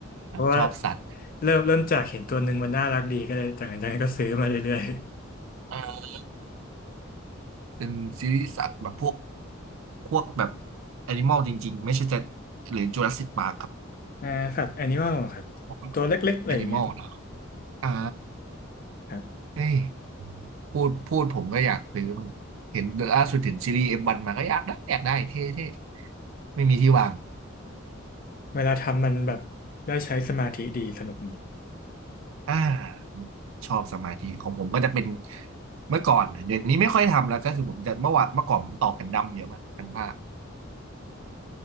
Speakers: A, on the left; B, on the right.
A: เพราะว่า
B: ชอบสัตว์
A: เริ่มเริ่มจากเห็นตัวหนึ่งมันน่ารักดีก็เลยจากนั้นก็ซื้อมาเรื่อย
B: เออเป็นซีรีส์สัตว์แบบพวกพวกแบบแอนิมอลจริงๆไม่ใช่จะหรือจูราสสิคปาร์คครับ
A: ๆ <laughs> อ่าสัตว์แอนิมอลครับตัวเล็กๆอะไรอย่างเงี้ย
B: พวกแอนิมอลเนาะอ่า
A: ครับ
B: เฮ้ยพูดพูดผมก็อยากซื้อมันเห็นล่าสุดเห็นซีรีส์เอฟวันมาก็อยากได้อยากได้เท่ๆ ไม่มีที่วาง
A: เวลาทำมันแบบได้ใช้สมาธิดีสนุกดี
B: อ่าชอบสมาธิของผมก็จะเป็นเมื่อก่อนเดี๋ยวนี้ไม่ค่อยทำแล้วก็คือผมจะเมื่อวานเมื่อก่อนผมตอกกันดั้มเยอะมากกันผ้า